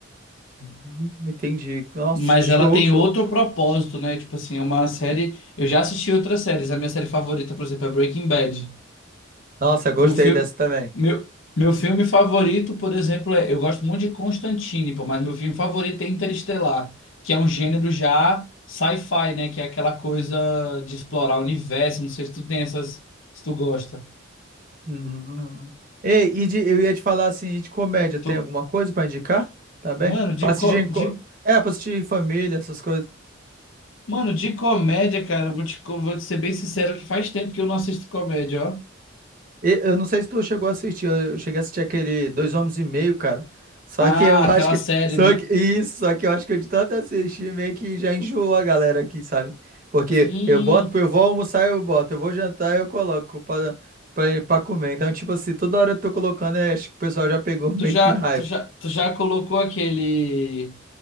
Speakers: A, on the right; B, on the left.
A: Hum, entendi. Nossa,
B: Mas
A: show,
B: ela tem
A: show.
B: outro propósito, né? Tipo assim, é uma série. Eu já assisti outras séries. A minha série favorita, por exemplo, é Breaking Bad.
A: Nossa, gostei
B: Meu filme,
A: dessa também.
B: meu, meu filme favorito, por exemplo, é, eu gosto muito de Constantine, pô, mas meu filme favorito é Interestelar, que é um gênero já sci-fi, né? Que é aquela coisa de explorar o universo. Não sei se tu tem essas, se tu gosta.
A: Uhum. Ei, e de- eu ia te falar assim, de comédia, tem
B: Tu,
A: alguma coisa pra indicar? Tá bem?
B: mano, de,
A: Pra assistir
B: co-
A: em, co-
B: de,
A: é, pra assistir em família, essas coisas.
B: mano, de comédia, cara, eu vou te, co- vou te ser bem sincero que faz tempo que eu não assisto comédia, ó.
A: E- eu não sei se tu chegou a assistir, eu, eu cheguei a assistir aquele Dois Homens e Meio, cara. Só
B: Ah,
A: que eu <laughs>
B: aquela
A: acho que,
B: série,
A: só
B: né?
A: que, isso, só que eu acho que eu de tanto assistir, meio que já enjoou a galera aqui, sabe? Porque
B: Sim.
A: eu boto, eu vou almoçar, eu boto, eu vou jantar, eu coloco pra, pra, pra comer. Então, tipo assim, toda hora eu tô colocando, é, acho que o pessoal já pegou meio
B: Tu já,
A: que raiva.
B: tu já, tu já colocou aquele.